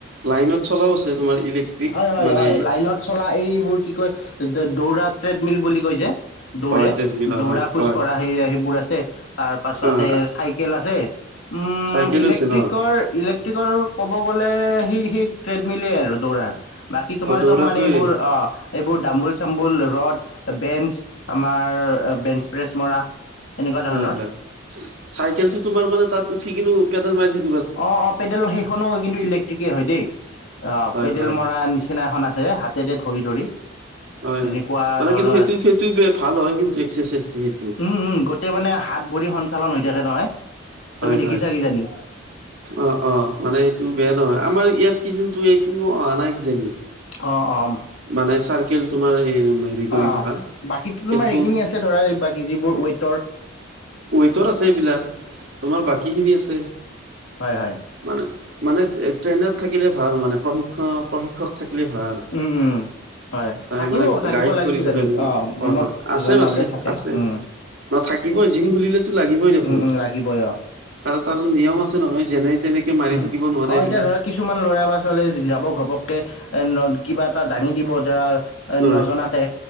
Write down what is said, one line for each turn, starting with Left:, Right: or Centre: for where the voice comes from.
Right: লাইনত চলাও আছে তোমাৰ ইলেক্ট্ৰিক
Left: হয় হয়
Right: মানে
Left: হয় লাইনত চলা এইবোৰ কি কয় দৌৰা ট্ৰেডমিল বুলি কয় যে দৌৰে
Right: হয় ট্ৰেডমিলৰ
Left: দৌৰা,
Right: হয়
Left: খোজ
Right: হয়।
Left: কঢ়া সেয়া সেইবোৰ আছে তাৰ পাছতে
Right: অ',
Left: চাইকেল আছে উম
Right: চাইকেলো
Left: ইলেক্ট্ৰিকৰ
Right: আছে ন
Left: ইলেক্ট্ৰিকৰ ক'ব গ'লে সেই -সেই ট্ৰেডমিলেই আৰু দৌৰাৰ বাকী তোমাৰ
Right: অ', দৌৰাটোৱে
Left: চব মানে এইবোৰ অ', এইবোৰ দাম্বোল চাম্বুল ৰ'দ বেঞ্চ আমাৰ বেঞ্চ প্ৰেছ মৰা এনেকুৱা ধৰণৰ
Right: হয়-হয় চাইকেলটো তোমাৰ মানে তাত উঠি কিনো পেডেল মাৰি থাকি
Left: অ', -অ', পেডেলৰ সেইখনো কিন্তু ইলেক্ট্ৰিকে হয় দেই আহ
Right: হয়
Left: পেডেল
Right: হয়
Left: মৰা
Right: হয়।
Left: নিচিনা এখন আছে হাতেৰে ধৰি ধৰি।
Right: হয়
Left: তেনেকুৱা
Right: হয় মানে
Left: ধৰণৰ
Right: কিন্তু সেইটো
Left: আছে
Right: সেইটো ভাল হয় কিন্তু এক্সাৰচাইজটো সেইটো
Left: উম-উম গোটেই মানে হা হাত ভৰি সঞ্চালন হৈ থাকে নহয়
Right: হয়
Left: তুমি দেখিছা
Right: হয়।
Left: কি জানি।
Right: অ -অ মানে এইটো বেয়া নহয় আমাৰ ইয়াত কি জিমটো এইটো অহা নাই কিজানি
Left: অ -অ
Right: মানে চাৰ্কেল তোমাৰ এই হেৰি কৰি
Left: অ',
Right: থকা
Left: বাকী তো
Right: কিন্তু
Left: তোমাৰ সেইখিনি আছে ধৰা বাকী যিবোৰ ৱেইটৰ
Right: ৱেটৰ আছে এইবিলাক তোমাৰ বাকী খিনি আছে।
Left: হয় হয়।
Right: মানে মানে ট্ৰেইনাৰ থাকিলে ভাল মানে প্ৰশিক্ষ প্ৰশিক্ষক থাকিলে ভাল৷
Left: উম, উম,
Right: হয়
Left: থাকিব
Right: মানে
Left: থাকিব
Right: গাইড
Left: লাগে
Right: কৰি
Left: কিজানি
Right: থাকে
Left: অঁ
Right: হয়
Left: জিমত
Right: হয় আছে
Left: এজন হ'লেও
Right: আছে
Left: থাকে
Right: আছে৷
Left: উম,
Right: ন থাকিবই জিম খুলিলেতো লাগিবই দেখোন,
Left: উম, উম, লাগিবই অঁ
Right: আৰু তাৰ নিয়ম আছে নহয় যেনে তেনেকে মাৰি
Left: উম
Right: থাকিব নোৱাৰে
Left: অ,
Right: এইবিলাক
Left: এতিয়া ধৰা কিছুমান ল'ৰা বা ছোৱালী যাব ঘপককে। <unintelligible> কিবা এটা দাঙি দিব ধৰা,
Right: হয়
Left: নজনাকে